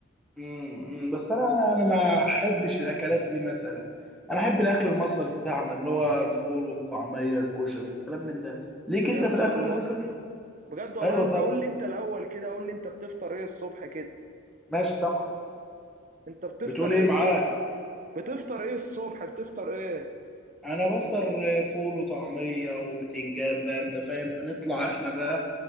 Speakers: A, in the centre; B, on the right.
A: امم بس انا انا ما احبش الاكلات دي مثلا انا احب الاكل المصري بتاعنا اللي هو الفول والطعميه الكشري الكلام من ده ليك
B: بجد
A: انت في الاكل
B: والله
A: المصري
B: بجد والله
A: ايوه
B: انت
A: طب
B: قول لي انت الاول كده قول لي انت بتفطر ايه الصبح كده
A: ماشي سامع
B: انت بتفطر
A: بتقول
B: ايه
A: ايه
B: الصبح
A: معاه
B: بتفطر ايه الصبح بتفطر ايه
A: انا بفطر فول وطعميه وبتنجان بقى انت فاهم بنطلع احنا بقى